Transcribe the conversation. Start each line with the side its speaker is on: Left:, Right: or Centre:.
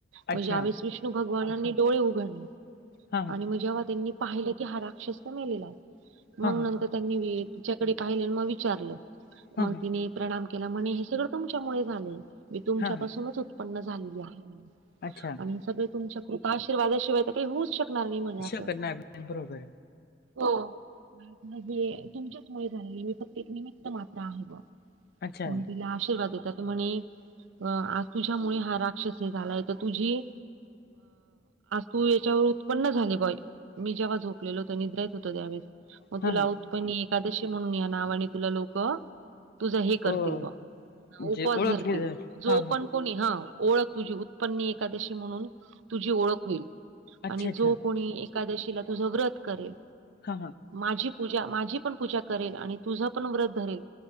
Right: म्हणजे
Left: अच्छा
Right: भगवाननी डोळे सी <unintelligible> उघडले
Left: हां हां
Right: आणि पाहिलं की हा राक्षस मेलेला आहे,
Left: हां
Right: मग
Left: हां
Right: नंतर त्यांनी तिच्याकडे पाहिले मग विचारलं?
Left: हां
Right: मग
Left: हां
Right: तिने प्रणाम केला म्हणे, हे सगळं तुमच्यामुळे झालंय मी तुमच्या
Left: हां हां
Right: पासूनच उत्पन्न झालेली आहे?
Left: अच्छा,
Right: सगळ तुमच्या कृपा आशीर्वादाशिवाय काही होऊच शकणार नाही म्हणे असं.
Left: शकणार नाही बरोबर
Right: होजे तुमच्याच मु झालेली मी फत एक निमित्त मात्रा आहे ग
Left: आहे अच्छा
Right: <unintelligible> मग तिला आशीर्वाद देतात म्हणे, अ आ तुझ्यामुळे हा रा तुझी तू याच्यावर उत्पन्न झाली? मी जेव्हा झोपलेल होत निद्र य होत, त्यावेळेस मग
Left: हां
Right: तू लात
Left: हां
Right: प एकादशी म्हणून या नावाने तुला लोक तुझं हे करतील
Left: अ
Right: ब
Left: म्हणजे
Right: उपवास
Left: ओळखले
Right: धरतील
Left: जाईल.
Right: जो
Left: हां हां
Right: पण,
Left: हां
Right: कोणी हा, ओळख तुझी उत्पन्न एकादशी म्हणून तुझी ओळख होईल?
Left: अच्छा
Right: आणि
Left: अच्छा
Right: जो कोणी एकादशीला तुझं व्रत करेल?
Left: हां हां
Right: माझी पूजा माझी पण पूजा करेल, आणि तुझा पण व्रत धरेल,